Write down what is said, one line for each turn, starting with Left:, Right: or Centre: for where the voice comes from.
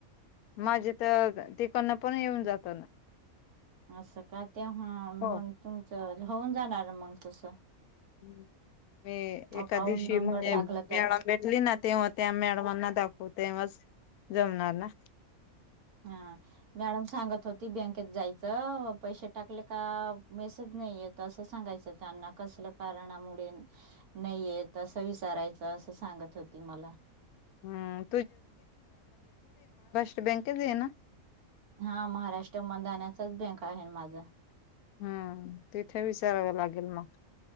Left: माझे तर तिकडंन पण येऊन जातात.
Right: असं का तेव्हा
Left: हो
Right: मग तुमचं होऊन जाणार मग तसं.
Left: हम्म मी एका
Right: अकाउंट
Left: दिवशी
Right: नंबर
Left: म्हणजे
Right: टाकला
Left: मॅडम
Right: तर
Left: भेटली ना, तेव्हा त्या मॅडमांना दाखव तेव्हाच. जमणार ना.
Right: हा मॅडम सांगत होती बँकेत जायचं, पैसे टाकले का मेसेज नाही येत असं सांगायचं त्या ना कसल्या कारणामुळे नाहीयेत असं विचारायचं, असं सांगत होती मला.
Left: हम्म बँकच ये ना?
Right: हा महाराष्ट्र मदानाचाच बँक आहे ना माझा.
Left: हम्म तिथे विचारवं लागेल मग.